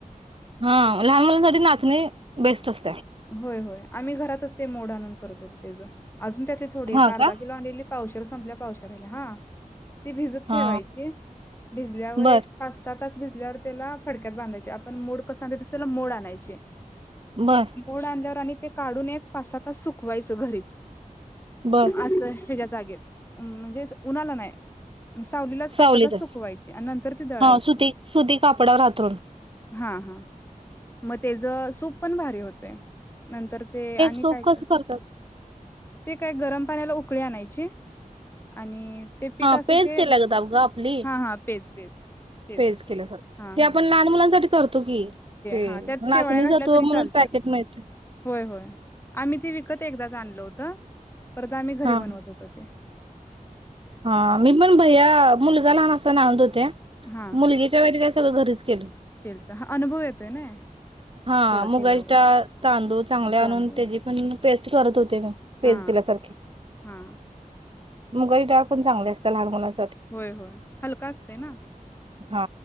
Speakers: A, on the right; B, on the left.
A: हा
B: तसं
A: लहान मुलांसाठी नाचणी बेस्ट असते
B: होय होय आम्ही घरातच ते मोड आणून करत होतो तेचं अजून त्या ते थोडी एक
A: हा
B: अर्धा
A: का?
B: किलोलेली पावशेर संपलं, पावशेर राहिले हा ती भिजत
A: हा
B: ठेवायची, भिजल्यावर
A: बर
B: एक पाच सहा तास भिजल्यावर त्याला फडक्यात बांधायची, आपण मोड कसे आणत? तस त्याला मोड आणायची
A: बर
B: बोड आणल्यावर आणि ते काढून एक पाच सहा तास सुकवायचं घरीच.
A: बर
B: असय हेज्या जागेत म्हणजे उन्हाला नाही सावलीलाच
A: सावलीतच
B: पाच सहा तास सुकवायची आणि नंतर ती दळायची
A: हो सुती सुती कापडावर अंथरून.
B: हां हां मग ते ज सूप पण भारी होत ते- - नंतर ते आणि
A: सूप
B: काय कर
A: कसं
B: <inaudible>
A: करतात?
B: ते काय गरम पाण्याला उकळी आणायची आणि ते पीठ
A: हा
B: असते
A: पेज
B: ते
A: केली ग आपली
B: हां हां पेज पेज तेच
A: पेज केल्यासारखा
B: हां
A: ते आपण
B: हां
A: लहान मुलांसाठी तकी ते
B: हां त्यात शेवाळ्या
A: नाचणी
B: घातल्या
A: सत्व
B: तरी
A: म्हणून
B: चालत्यात.
A: पॅकेट मिळतय
B: होय होय आम्ही ते विकत एकदाच आणल होतं. परत आम्ही
A: हा
B: घरी बनवत होतो ते
A: हा मी पण, भैया, मुलगा लहान असताना आण होते.
B: हां
A: मुलगी च्या वेळेस <inaudible> सगळ घरीच केलं.
B: केलतं हां अनुभव येतोय ना
A: हा
B: थोडं
A: मुगा
B: केल्यावर
A: ची डाळ तांदूळ चांगले
B: तांदूळ
A: आणून त्याची पण पेस्ट करत होते म पेज
B: हां
A: केल्या सारखी <inaudible>
B: हां
A: मुगाचीडाळ पण चांगली अस त्या लहान मुलान साठी
B: होय होय हलका असते ना.
A: हा